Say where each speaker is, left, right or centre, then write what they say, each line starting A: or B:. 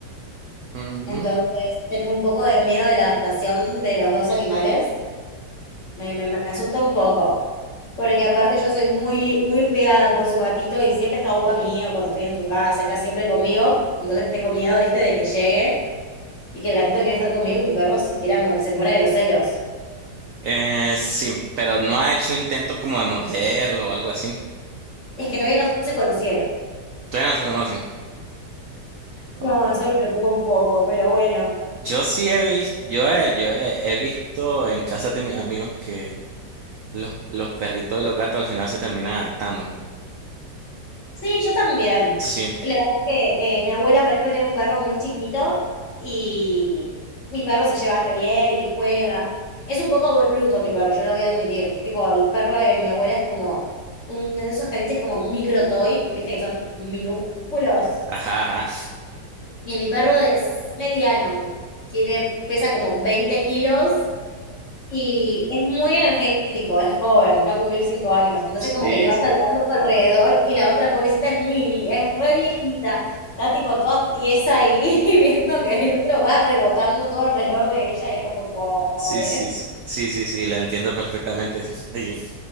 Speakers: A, on the right; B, on the left.
A: Ujú.
B: Entonces, tenés un poco de miedo de la adaptación de los dos animales. Me, me, me asusta un poco. Porque aparte yo soy muy, muy pegada con su gatito y siempre está upa mío cuando estoy en su casa, está siempre conmigo. Entonces tengo miedo, viste, de que llegue y que el gatito quiera estar conmigo y mi perro se quiera mu- se muera de los celos.
A: Eh, sí, pero no ha hecho intento como de morderlo o algo así.
B: Es que todavía no se conocieron.
A: Todavía no se conocen. O-
B: No, eso me preocupa un poco, pero bueno.
A: Yo sí he visto, yo he, yo he, he visto en casas de mis amigos que los, los perritos y los gatos al final se terminan adaptando.
B: Sí, yo también.
A: Sí,
B: Y la verdad es que eh, mi abuela, por ejemplo, tiene un perro muy chiquito y mi perro se lleva re bien y juega. Es un poco br- bruto mi perro, yo lo voy a admitir. Tipo, el perro de mi abuela es como un de esos caniches como micro toy, viste que son minúsculos.
A: ajá, ajá.
B: Y mi perro es mediano, tiene, pesa como 20 kilos y es muy energético, es joven, va a cumplir cinco años. Entonces
A: Sí,
B: como que le va
A: sí.
B: saltando alrededor y la otra pobrecita es mini, es re viejita. Está tipo toda tiesa ahí <laughs> viendo que el otro va rebotando todo alrededor de ella y es como pobre.
A: Sí, sí, sí, sí, sí, sí, la entiendo perfectamente. <laughs>